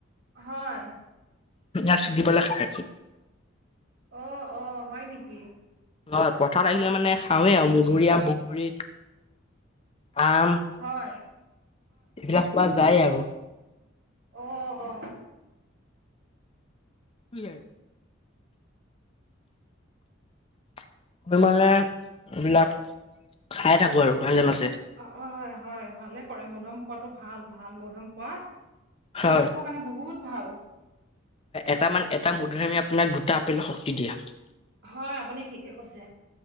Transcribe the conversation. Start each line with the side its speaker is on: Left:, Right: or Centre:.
Right: হয়।
Left: <unintelligible> পেলাই খাই আছো।
Right: অ, অ, হয় নেকি?
Left: হয় পথাৰত আহিলে মানে খাওঁৱে আৰু মধুৰিআম, বগুৰী, আম। এইবিলাক
Right: হয়
Left: পোৱা যায় আৰু।
Right: অঁ, অ।
Left: কি <unintelligible> এইবিলাক খাই থাকো আৰু মাজে-মাজে।
Right: অ, হয়, হয়, ভালে কৰে মধম পোৱাাটো ভাল ভাল মধুম পোৱা
Left: হয়।
Right: স্বাস্থ্য মানে বহুত ভাল।
Left: এটামান এটা মধুৰআমে আপোনাক দুটা আপেলৰ শক্তি দিয়ে।
Right: হয় আপুনি ঠিকে কৈছে